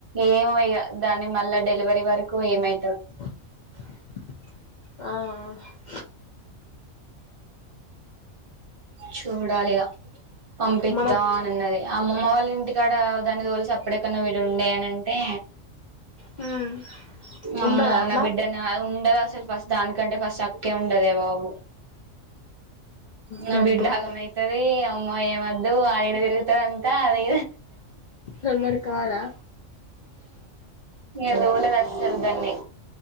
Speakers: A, on the right; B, on the left.
A: ఏమో ఇగ దాని మళ్ళా డెలివరీ వరకు ఏమై
B: ఆ
A: చూడాలిగా పంపిత్తా
B: మన
A: అని అన్నది అమ్మమ్మ వాళ్ళ ఇంటికాడ దాని తోలి సప్పుడేకా నువ్వు ఉండే అని అంటే
B: హ్మ్
A: అమ్మో
B: ఉండదా అట్లా
A: నా బిడ్డనా ఉండదు అసలు ఫస్ట్ దానికంటే ఫస్ట్ అక్కే ఉండదే బాబు నా
B: గంతే
A: బిడ్డాగ
B: మరి
A: మైతది అ అమ్మో ఏమద్దు ఆడీడ తిరుగుతాదంతా అదే
B: తమరు కాదా
A: ఎదోల అస్సలు దన్నే